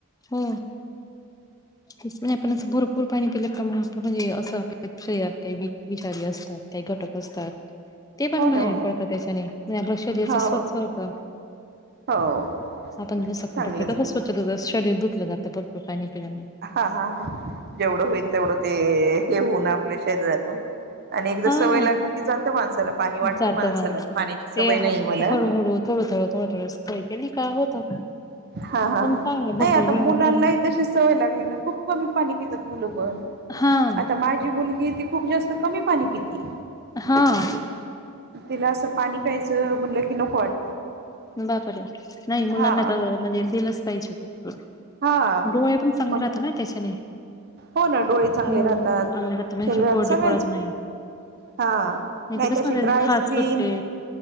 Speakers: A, on the left; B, on the right.
A: हो. तस नाही आपणच भरपूर पाणी पिल का म्हणजे असं आपल्या शरीरात काही विषारी असतात, काही घटक असतात ते पण
B: हो ना
A: बाहेर
B: हो ना
A: पडतात त्याच्याने, मग आपलं शरीराच
B: हो
A: स्वच्छ
B: हो
A: होत.
B: हो
A: आपण ज सख
B: चांगलंच
A: कसं
B: आहे.
A: स्वच्छ शरीर दुधलं जातं. भरपूर पाणी पिल्याने
B: हा हा हा. जेवढं होईल तेवढं ते हे होऊ ना आपल्या शरीरातून आणि एकदा
A: हा
B: सवय लागली की, जातं माणसं चला पाणी वाटत
A: जात
B: माणसाला
A: माणसं
B: पाण्याची सवय
A: ते
B: नाही
A: हात
B: मला
A: हळूहळू थोडं थोडं थोडं थोडं सवय केली का होतं
B: हा हा.
A: पण
B: नाही
A: चांगलं भरपूर
B: आता
A: जेवण
B: मुलांनाही
A: करून
B: तशी सवय लागली ना. खूप कमी पाणी पितात मुलं
A: हा
B: आता माझी मुलगी ती खूप जास्त कमी पाणी पिती.
A: हा
B: तिला असं पाणी प्यायचं म्हणलं की नको वाटतं.
A: बापरे. नाही मुलांना
B: हा
A: तर म्हणजे दिलंच पाहिजे.
B: हा
A: डोळे पण चांगले
B: मग
A: राहत ना त्याच्याने.
B: हो ना डोळे चांगले
A: हो.
B: राहतात,
A: चांगले राहता म्हणजे
B: शरीरात
A: अशी कोरडी
B: सगळेच
A: पडत नाही.
B: हा. नाही
A: तर कसं
B: तशी
A: म्हणजे
B: ड्राय
A: खाज
B: स्क्रीन,
A: सुटते.